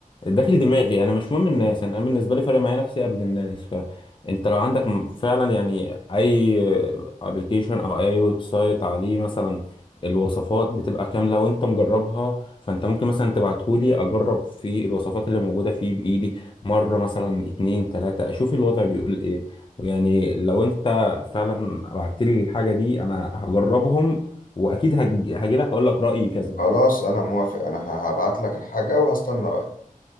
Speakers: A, on the left; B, on the left.
A: داخل دماغي انا مش مهم الناس انا بالنسبه لي فارق معايا نفسي قبل الناس فانت لو عندك م- فعلا يعني اي ابلكيشن او اي ويب سايت عليه مثلا الوصفات بتبقى كامله وانت مجربها فانت ممكن مثلا تبعتهولي اجرب في الوصفات اللي موجوده فيه بايدي مره مثلا اتنين تلاته اشوف الوضع بيقول ايه ويعني لو انت فعلا بعتلي الحاجه دي انا هجربهم واكيد هج- هجيلك اقول لك رايي كذا
B: خلاص انا موافق انا هبعت لك الحاجة وهستنى رأيك